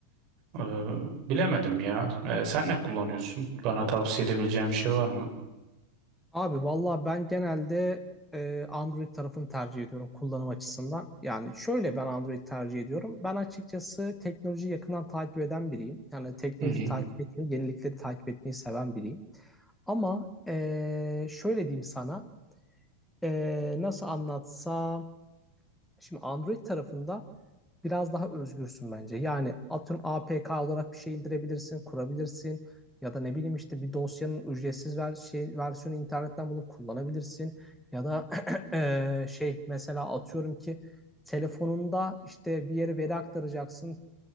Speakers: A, on the right (about 40°); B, in the centre.
A: Eee, bilemedim ya. Eee, sen ne kullanıyorsun? Bana tavsiye edebileceğin bir şey var mı?
B: Abi valla ben genelde e, Android tarafını tercih ediyorum kullanım açısından. Yani şöyle ben Android tercih ediyorum. Ben açıkçası teknolojiyi yakından takip eden biriyim. Yani teknoloji
A: Hı hı.
B: takip etmeyi, yenilikleri takip etmeyi seven biriyim. Ama e, şöyle diyeyim sana, e, nasıl anlatsam, şimdi Android tarafında biraz daha özgürsün bence. Yani atıyorum APK olarak bir şey indirebilirsin, kurabilirsin ya da ne bileyim işte bir dosyanın ücretsiz ver şey versiyonu internetten bulup kullanabilirsin ya da <clears throat> eee, şey mesela atıyorum ki telefonunda işte bir yere veri aktaracaksın